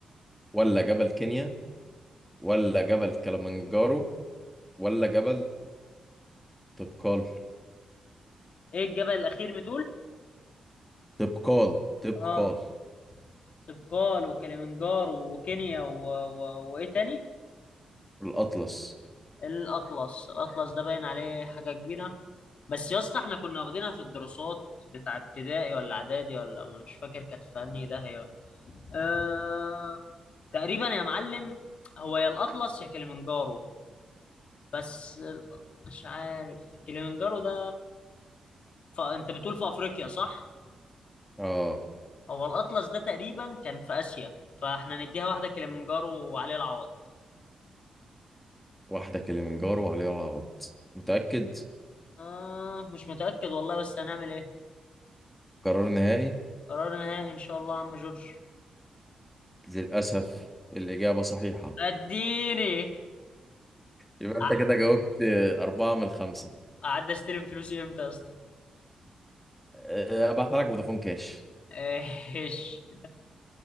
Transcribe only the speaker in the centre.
ولا جبل كينيا ولا جبل كلمنجارو ولا جبل تبقال
تبقال تبقال
الأطلس
اه
واحدة كلمنجارو وعليها العوض متأكد
قرار نهائي
للأسف الإجابة صحيحة
يبقى
أنت كده جاوبت أربعة من الخمسة
أه، أبعت لك فودافون كاش